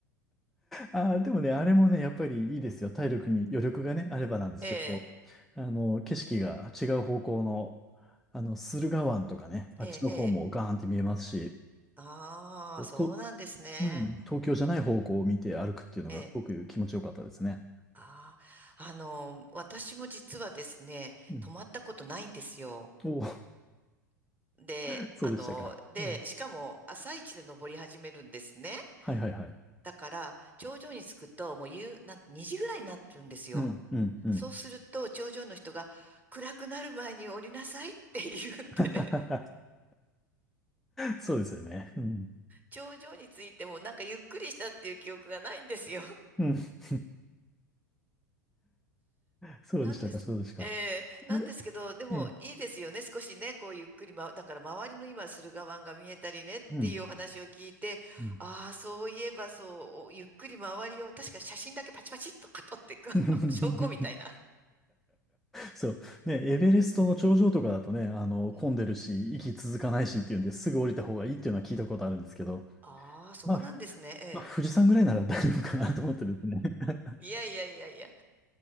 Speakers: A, in the centre; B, on the right.
A: ああ、でもね、あれもね、やっぱりいいですよ。体力に余力がね、あればなんですけど、
B: ええ、
A: あの、景色が違う方向の、
B: うん、
A: あの、駿河湾とかね、あっちの方もガーンって見えますし、
B: ええ、ええ。ああ、そうなんですね。
A: と、うん、東京じゃない方向を見て歩くっていうのがすごく気持ちよかったですね。
B: ええああ、あの、私も実はですね、
A: うん。
B: 泊まったことないんですよ。
A: おお、
B: で、
A: <laughs> そうでしたか。
B: あの、で、
A: うん
B: しかも朝一で登り始めるんですね。
A: はいはいはい。
B: だから、頂上に着くと、もう夕、なん、2時ぐらいになるんですよ。
A: うん、うん、うん。
B: そうすると、頂上の人が、暗くなる前に降りなさいって言うんで、
A: <laughs>
B: <laughs>
A: そうですよね。うん。
B: 頂上に着いてもなんかゆっくりしたっていう記憶がないんですよ。
A: うん。<laughs> そうでしたか、
B: なんです。
A: そうでしたか。
B: えーなんですけど、
A: で、
B: でもいいですよね。
A: ええ、
B: 少しね、こうゆっくり、ま、だから周りの今、駿河湾が見えたりねっていうお話を聞いて、
A: うん。うん
B: ああ、そういえばそう、ゆっくり周りを、確か写真だけパチパチっと撮っていく、<laughs> あの証拠みたいな。
A: <laughs> そう。ね、エベレストの頂上とかだとね、あの、
B: うん。
A: 混んでるし、息続かないしっていうんですぐ降りた方がいいっていうのは聞いたことあるんですけど、
B: ああ、そうなんですね。
A: まあ、
B: え
A: まあ、富士山ぐらいなら大丈夫かなと思ってですね。<laughs>
B: え。いやいやいやいや。